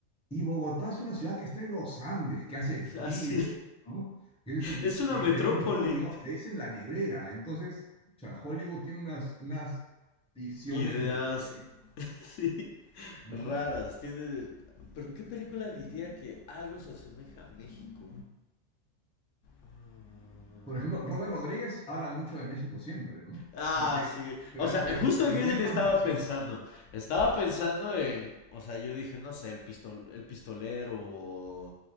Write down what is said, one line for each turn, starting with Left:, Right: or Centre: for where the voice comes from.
Centre: Y Bogotá es una ciudad que está en los Andes, que hace frío,
Left: <laughs> Así,
Centre: ¿no? Es que, que-
Left: es una
Centre: que
Left: metrópoli.
Centre: de- uno está abrigado, es en la nevera. Entonces, o sea, Hollywood tiene unas, unas visiones
Left: Ideas,
Centre: de Latinoamérica,
Left: <laughs> sí,
Centre: ¿no?
Left: raras. Tiene... Pero ¿qué película diría que algo se asemeja a México? Mm,
Centre: Por ejemplo, Robert Rodríguez habla mucho de México siempre, ¿no?
Left: Ah,
Centre: Aunque,
Left: sí.
Centre: pero,
Left: O sea,
Centre: pero,
Left: justo
Centre: pero
Left: en ese
Centre: bien
Left: le
Centre: fantasioso.
Left: estaba pensando. Estaba pensando en. O sea, yo dije, no sé, el pistol, el pistolero.